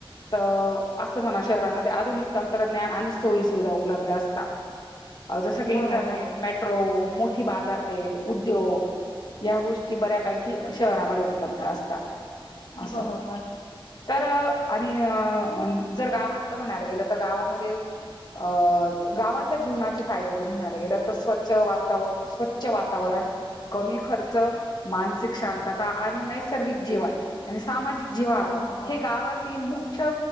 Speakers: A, on the left; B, on the left.
A: तर असं म्हणा शहरामध्ये आधुनिक तंत्रज्ञान आणि सोयी सुविधा उपलब्ध असतात जसं की
B: बरोबर,
A: इंटरनेट मेट्रो मोठी बाजारपेठ उद्योग या गोष्टी बऱ्यापैकी शहरामध्ये उपलब्ध असतात असं.
B: ह ह हा
A: तर आणि अ जर गावातलं म्हणायला गेलं तर गावामध्ये अ गावातल्या जीवनाचे फायदे जर म्हणायला गेले तर स्वच्छ वाता स्वच्छ व तवरण कमी खर्च मानसिक शांतता आणि नैसर्गिक जीवन आणि सामाजिक जिवाळा
B: बरोबर.
A: हे गावातील मुख्य